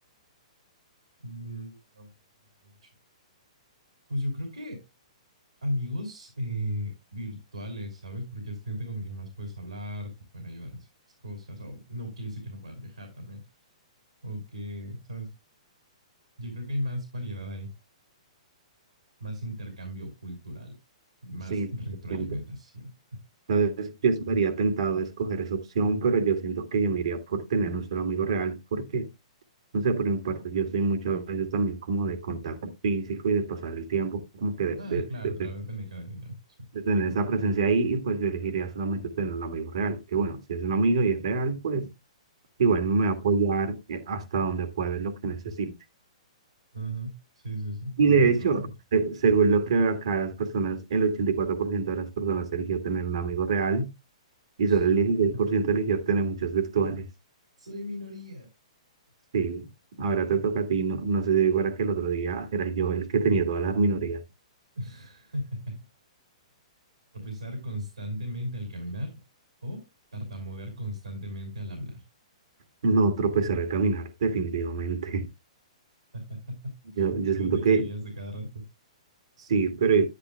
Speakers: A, on the right; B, on the right.
A: mm, no, no mucho. Pues yo creo que amigos eh, virtuales, ¿sabes? Porque es gente con quien más puedes hablar, te pueden ayudar en ciertas cosas, o no quiere decir que no puedan viajar también, o que, ¿sabes? Yo creo que hay más variedad ahí, más intercambio cultural, más
B: Sí,
A: retroalimentación.
B: siempre. Sabes, yo estaría tentado a escoger esa opción, pero yo siento que yo me iría por tener un solo amigo real, porque, no sé, por mi parte, yo soy muchas veces también como de contacto físico y de pasar el tiempo, como que de,
A: Ah,
B: de,
A: claro,
B: de- de-
A: claro, depende de cada quien también. sí.
B: de tener esa presencia ahí y pues yo elegiría solamente tener un amigo real, que bueno, si es un amigo y es real, pues igual me va a apoyar eh, hasta donde pueda en lo que necesite.
A: Ajá. Sí, sí, sí.
B: Y
A: Me
B: de
A: parece
B: hecho,
A: bastante.
B: eh, según lo que veo acá, las personas, el 84% de las personas eligió tener un amigo real y
A: <laughs>
B: solo el 16% eligió tener muchos virtuales.
A: Soy minoría.
B: Sí, ahora te toca a ti, no, no sé si digo, era que el otro día era yo el que tenía todas las minorías.
A: <laughs> Tropezar constantemente al caminar o tartamudear constantemente al hablar.
B: No tropezar al caminar, definitivamente.
A: <laughs>
B: <laughs> Yo, yo
A: Pero
B: siento
A: te
B: que
A: caerías de cada rato.
B: Sí, pero,